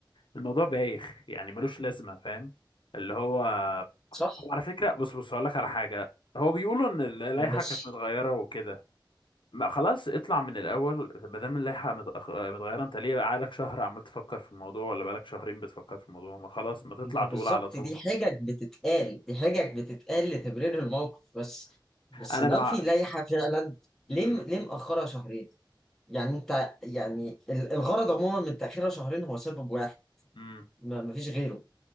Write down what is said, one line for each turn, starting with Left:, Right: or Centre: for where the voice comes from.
Left: الموضوع بايخ يعني ملوش لازمه فاهم اللي هو
Centre: صح
Left: هو على فكره بص بص هقول لك على حاجه هو بيقولوا ان اللائحه
Centre: ماشي
Left: كانت متغيره وكده ما خلاص اطلع من الاول ما دام اللائحه متأخ- متغيره انت ليه بقالك شهر عمال تفكر في الموضوع ولا بقالك شهرين بتفكر في الموضوع ما خلاص ما تطلع
Centre: ما
Left: تقول
Centre: بالظبط
Left: على طول
Centre: دي حجج بتتقال دي حجج بتتقال لتبرير الموقف بس بس
Left: انا
Centre: لو
Left: مع
Centre: في لائحة فعلا ليه
Left: امم
Centre: ليه مأخرها شهرين؟ يعني انت يعني ال- الغرض عموما من تأخيرها شهرين هو سبب واحد
Left: امم
Centre: ما فيش غيره